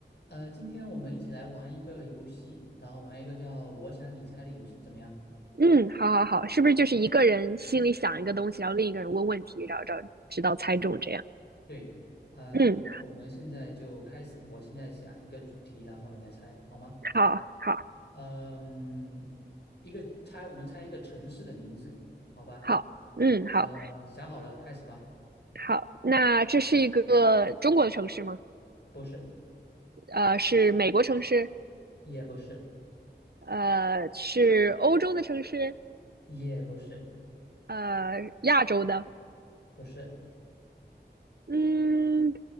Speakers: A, on the left (about 65°); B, on the right (about 60°).
A: 呃，今天我们一起来玩一个游戏，然后玩一个叫“我想你猜”的游戏，怎么样？
B: 嗯，好好好，是不是就是一个人心里想一个东西，然后另一个人问问题，然后找直到猜中这样？
A: 对，呃，
B: 嗯，
A: 我们现在就开始。我现在想一个主题，然后你来猜，好吗？
B: 好，好，
A: 嗯，一个猜，我们猜一个城市的名字，好吧？
B: 好，嗯，好，
A: 呃，想好了，开始吧。
B: 好。那这是一个中国的城市吗？
A: 不是，
B: 呃，是美国城市？
A: 也不是，
B: 呃，是欧洲的城市？
A: 也不是，
B: 呃，亚洲的？
A: 不是，
B: 嗯，